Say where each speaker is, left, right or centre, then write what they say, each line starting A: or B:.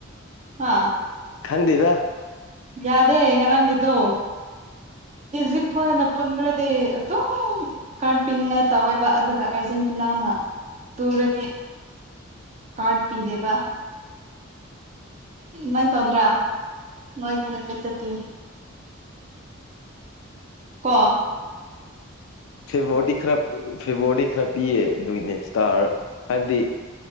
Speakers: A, on the right; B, on the left.
A: ꯍꯥ
B: ꯈꯪꯗꯤꯗ
A: ꯌꯥꯗꯦ ꯉꯥꯔꯥꯡꯒꯤꯗꯣ ꯏꯖꯤꯞ ꯐꯣꯏꯒꯥꯅ ꯄꯨꯟꯒ꯭ꯔꯥꯗꯤ ꯑꯗꯨꯝ ꯀꯥꯔꯗ ꯄꯤꯅꯤꯡꯉꯥꯏ ꯇꯧꯋꯦꯕ ꯑꯗꯨꯒ ꯑꯥꯔꯖꯦꯟ ꯇꯤꯅꯥꯅ ꯇꯨꯔꯥꯗꯤ ꯀꯥꯔꯠ ꯄꯤꯗꯦꯕ ꯃꯥꯏ ꯇꯧꯗ꯭ꯔꯥ ꯅꯣꯏꯒꯤꯅ ꯃꯤꯠꯇꯗꯤ ꯀꫭ
B: ꯐꯦꯞꯕꯣꯔꯗꯤ ꯈꯔ ꯐꯦꯞꯕꯣꯔꯗꯤ ꯈꯔ ꯄꯤꯌꯦ ꯑꯗꯨꯒꯤꯅꯦ ꯏꯁꯇꯥꯔ ꯍꯥꯏꯕꯗꯤ